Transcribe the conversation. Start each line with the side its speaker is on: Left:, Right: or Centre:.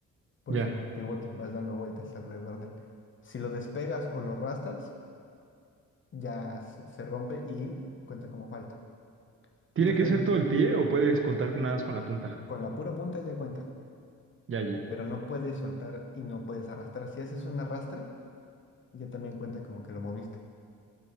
Left: Por
Right: ya.
Left: eso se llama pivote, vas dando vueltas alrededor de él. Si lo despegas o lo arrastras, ya se se rompe y cuenta como falta.
Right: ¿Tiene
Left: Entonces,
Right: que ser todo el pie o puedes contar nada más con la punta?
Left: con la pura punta ya cuenta,
Right: Ya, ya,
Left: pero no puedes soltar y no puedes arrastrar. Si haces un arrastre, ya también cuenta como que lo moviste.